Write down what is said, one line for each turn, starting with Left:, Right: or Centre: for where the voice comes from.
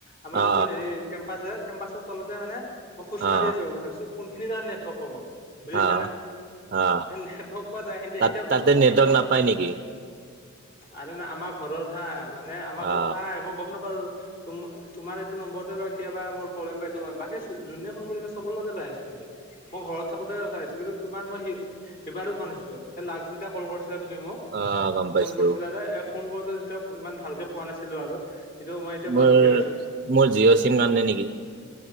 Left: আমাৰ যোনটো
Right: অ
Left: হেৰি কেম্পাচ যে কেম্পাচৰ তলতে মানে ম খোজকাঢ়ি
Right: অ
Left: আছো ভাবছো কোনখিনি ত নেটৰ্ক ক'ব বুজিচেনে
Right: অ অ
Left: নেটৱৰ্ক পোৱা জেগা খিনি
Right: তাত
Left: এতিয়া
Right: তাতে
Left: ঘপকে
Right: নেটৱৰ্ক
Left: টো
Right: নাপায় নেকি
Left: আৰে ন আমাৰ ঘৰত হা মানে আমাৰ ঘৰত
Right: অ
Left: পায় মই গম নাপা তম তুমাৰ এইটো নম্বৰতে বা কিবাবা মোৰ প্ৰব্লেম পাইছো বাকী যোনে ফোন কৰিলে চব লগতে পাইছচোন। মই ঘৰত থাকোতে ভাবিছো কিন্তু তোমাৰ মইি শিবাৰো বনাইছিলো এই লাজজীতে কল কৰিছিলা তুমি মোক
Right: অ গম পাইছো
Left: ফোন কৰিছিলা যে এ ফোন কৰোতে তেতিয়া ইমান ভালকে পোৱা নাছিলো আৰু কিন্তু মই এতিয়া পুৰা
Right: মোৰ
Left: ভালকে হৈছে
Right: মোৰ জিঅ' চিম কাৰানে নেকি।